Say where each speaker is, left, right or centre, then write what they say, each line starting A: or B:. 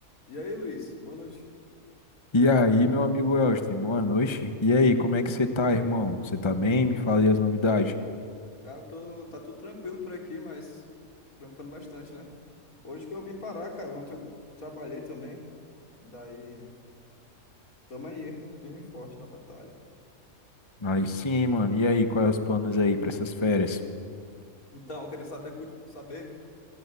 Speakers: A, on the left; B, on the left.
A: E aí, Luiz? Boa noite.
B: E aí, meu amigo Elston, boa noite. E aí, como é que você tá, irmão? Você tá bem? Me fale as novidades.
A: Cara, tô, tá tudo tranquilo por aqui, mas trampando bastante, né? Hoje que eu vim parar, cara, ontem eu trabalhei também. Daí, tamo aí, firme e forte na batalha.
B: Aí sim, mano. E aí, quais os planos aí pra essas férias?
A: Então, eu queria saber, cu- saber